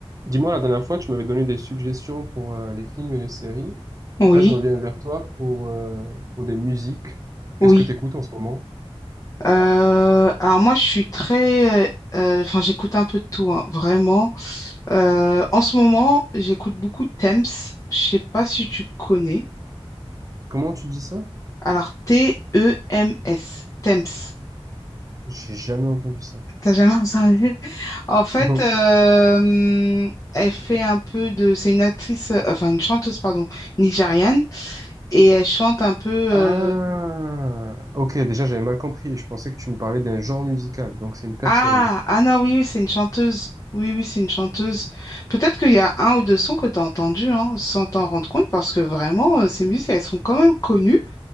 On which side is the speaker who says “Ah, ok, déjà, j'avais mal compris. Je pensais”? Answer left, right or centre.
Right